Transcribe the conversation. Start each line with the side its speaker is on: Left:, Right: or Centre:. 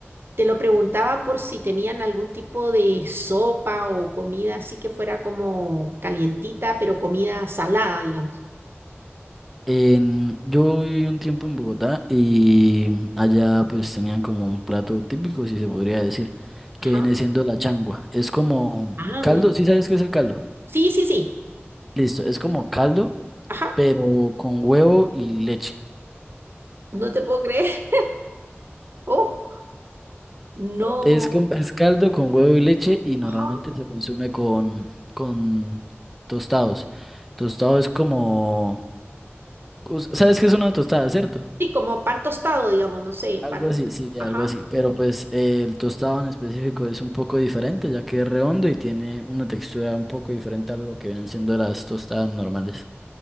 Right: Te lo preguntaba por si tenían algún tipo de sopa o comida así que fuera como calientita, pero comida salada, digamos.
Centre: En, yo viví un tiempo en Bogotá y allá pues tenían como un plato típico, si se podría decir,
Right: Ajá.
Centre: que viene siendo la changua. Es como
Right: Ah,
Centre: caldo,
Right: mira.
Centre: ¿sí sabes qué es el caldo?
Right: Sí, sí, sí.
Centre: Listo, es como caldo,
Right: Ajá.
Centre: pero con huevo y leche.
Right: No te puedo creer. <laughs> Oh, no.
Centre: Es, con- es caldo con huevo y leche y normalmente
Right: Ajá.
Centre: se consume con, con tostados. Tostado es como... us- ¿Sabes qué es una tostada, cierto?
Right: Sí, como pan tostado, digamos, no sé,
Centre: Algo
Right: pan.
Centre: así, sí,
Right: Ajá.
Centre: algo así. Pero pues eh, el tostado en específico es un poco diferente, ya que es redondo y tiene una textura un poco diferente a lo que vienen siendo las tostadas normales.